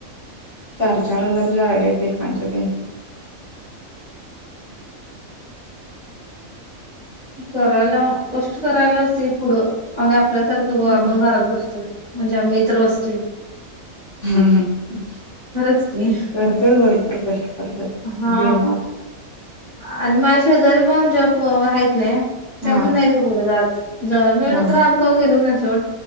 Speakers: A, on the left; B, on the left.
A: चार चार हजारच्या आयडिया एणच्या त्यांच्या
B: करायला कष्ट करायलाचते पुढं आणि आपल्यासारखं कि बा
A: हम्म
B: आपण घरात बसतो म्हणजे आम्ही इतर बसतो
A: हम् हम हम्
B: खरंच की
A: गरज भरपूर कष्ट करत्यात
B: हा
A: बेमार
B: आणि माझ्या शेजारी पण ज्या आहेतत नाही त्या
A: हां,
B: पण नाहीत का कुठं जाात जऊण पेलं
A: हां, हां,
B: तर आम्ही गेलोच नाही सोट